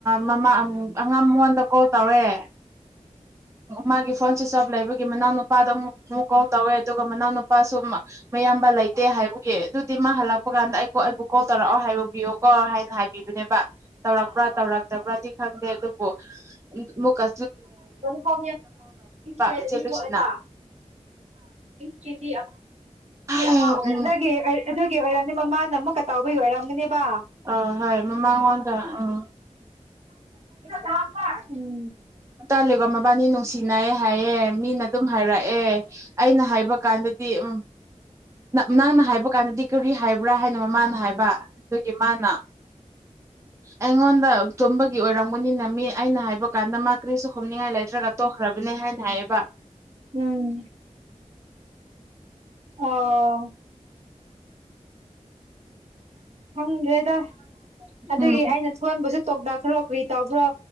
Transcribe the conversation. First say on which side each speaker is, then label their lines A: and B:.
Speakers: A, on the right; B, on the right.
A: ꯃꯃꯥ ꯑꯉꯥꯡ ꯃꯉꯣꯟꯗ ꯀꯣꯜ ꯇꯧꯔꯦ ꯃꯥꯒꯤ ꯐꯣꯟ ꯁ꯭ꯋꯤꯆ ꯑꯣꯞ ꯂꯩꯕꯒꯤ ꯃꯅꯥꯎ ꯅꯨꯄꯥꯗ ꯑꯃꯨꯛ ꯑꯃꯨꯛ ꯀꯣꯜ ꯇꯧꯋꯦ ꯑꯗꯨꯒ ꯃꯅꯥꯎ ꯅꯨꯄꯥꯁꯨ ꯑꯌꯥꯝꯕ ꯂꯩꯇꯦ ꯍꯥꯏꯕꯒꯤ ꯑꯗꯨꯗꯤ ꯃꯥ ꯍꯜꯂꯛꯄ ꯀꯥꯟꯗ ꯑꯩꯣ ꯑꯩꯕꯨ ꯀꯣꯜ ꯇꯧꯔꯛꯑꯣ ꯍꯥꯏꯔꯨꯕꯤꯌꯣꯀꯣ ꯍꯥꯏꯅ ꯍꯥꯏꯕꯤꯕꯅꯦ ꯇꯔꯛꯄ꯭ꯔꯥ ꯇꯧꯔꯛꯇꯕ꯭ꯔꯗꯤ ꯈꯪꯗꯦ ꯑꯗꯨꯕꯨꯨꯛꯀ
B: ꯌꯦꯡꯒ ꯑꯅꯤ
A: ꯏꯆꯦ ꯂꯨꯁꯤꯅ
B: ꯊꯣꯛꯑꯦꯕ ꯀꯦꯖꯤ
A: ꯎꯝ
B: ꯑꯃ ꯑꯗꯨꯒꯤ ꯑꯣꯏꯔꯝꯅꯤ ꯃꯃꯥꯅ ꯑꯃꯨꯛꯀꯇꯥꯎꯕꯒꯤ ꯑꯣꯏꯔꯝꯅꯤꯅꯦ ꯑꯗꯨꯒ
A: ꯑ ꯍꯣꯏ ꯃꯃꯥꯡꯉꯣꯟꯗ ꯎꯝ
B: ꯂꯝꯕ ꯎꯝ
A: ꯇꯥꯜꯂꯤꯒ ꯃꯕꯥꯅꯤ ꯅꯨꯡꯁꯤꯅꯌꯦ ꯍꯥꯏꯌꯦꯦ ꯃꯤꯅ ꯑꯗꯨꯝ ꯍꯥꯏꯔꯛꯑꯦ ꯑꯩꯅ ꯍꯥꯏꯕ ꯀꯥꯟꯗꯗꯤ ꯎ ꯅꯪꯅ ꯍꯥꯏꯕ ꯀꯥꯟꯗꯗꯤ ꯀꯔꯤ ꯍꯥꯏꯕ꯭ꯔꯥ ꯍꯥꯏꯅ ꯃꯃꯥꯅ ꯍꯥꯏꯕ ꯑꯗꯨꯒꯤ ꯃꯥꯅ ꯑꯩꯉꯣꯟꯗ ꯇꯣꯝꯕꯒꯤ ꯑꯣꯏꯔꯝꯒꯅꯤ ꯅꯝꯃꯤ ꯑꯩꯅ ꯍꯥꯏꯕ ꯀꯥꯟꯗ ꯃꯥ ꯀ꯭ꯔꯤꯁꯨ ꯍꯣꯝꯅꯤꯡꯉꯥꯏ ꯂꯩꯇ꯭ꯔꯒ ꯇꯣꯛꯈ꯭ꯔꯕꯅꯦ ꯍꯥꯏꯅ ꯍꯥꯏꯌꯦꯕ
B: ꯎꯝ ꯑꯣ ꯍꯪꯦꯗ ꯑꯗꯨꯒꯤ
A: ꯎꯝ
B: ꯑꯩꯅ ꯊꯣꯟꯕꯁꯨ ꯇꯣꯛꯗꯥꯈ꯭ꯔꯣ ꯀꯔꯤ ꯇꯧꯕ꯭ꯔꯣ